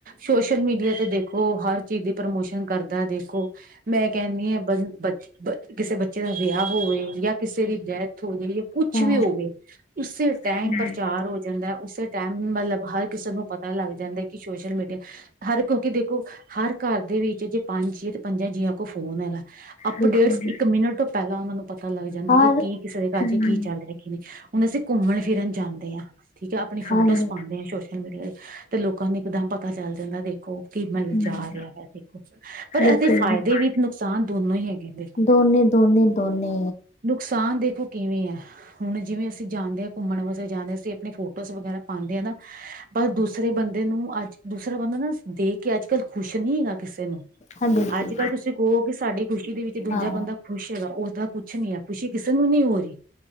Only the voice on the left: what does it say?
ਤਾਂ
ਹਮ,
ਬਿਲਕੁਲ ਬਿਲਕੁਲ।
ਹਰ
ਹਮ
ਹਾਂਜੀ
ਹਮ
ਬਿਲਕੁਲ
ਬਿਲਕੁਲ।
ਦੋਨੇ ਦੋਨੇ ਦੋਨੇ
ਹਾਂ ਬਿਲਕੁਲ
ਹਾਂ